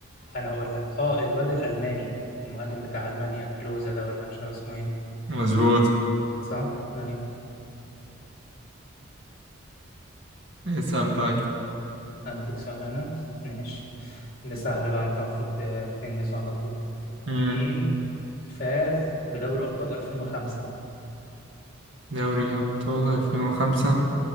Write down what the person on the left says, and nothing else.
أنا أقول لك أه الواد الألماني المهاجم بتاع ألمانيا كلوزا ده ولا مش عارف اسمه إيه
صح؟ أيوه
أديك سؤال أنا ماشي ده سهل بقى أنت المفروض ت- تنجزه على طول
مين فاز بدوري أبطال 2005